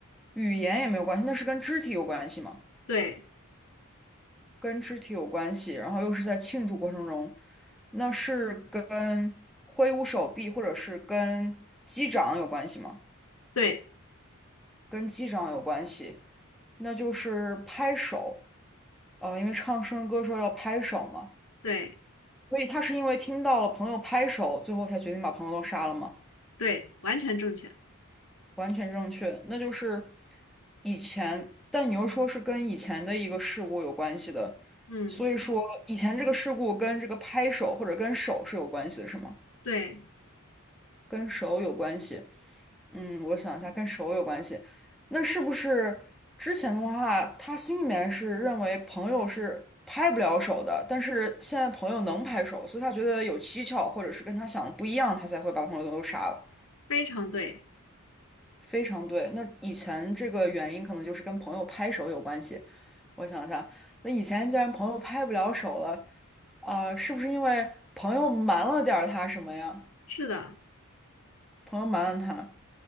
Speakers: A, in the centre; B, on the left.
A: 语言也没有关系，那是跟肢体有关系吗？
B: 对
A: 跟肢体有关系，然后又是在庆祝过程中，那是跟挥舞手臂或者是跟击掌有关系吗？
B: 对
A: 跟击掌有关系，那就是拍手，呃，因为唱生日歌时候要拍手嘛，
B: 对
A: 所以他是因为听到了朋友拍手，最后才决定把朋友都杀了吗？
B: 对，完全正确。
A: 完全正确，那就是以前，但你又说是跟以前的一个事故有关系的，
B: 嗯，
A: 所以说以前这个事故跟这个拍手或者跟手是有关系的，是吗？
B: 对，
A: 跟手有关系。嗯，我想一下，跟手有关系。那是不是之前的话，他心里面是认为朋友是拍不了手的，但是现在朋友能拍手，所以他觉得有蹊跷，或者是跟他想的不一样，他才会把朋友都杀了。
B: 非常对，
A: 非常对。那以前这个原因可能就是跟朋友拍手有关系。我想一下，那以前既然朋友拍不了手了，啊、是不是因为朋友瞒了点儿他什么呀？
B: 是的，
A: 朋友瞒了他。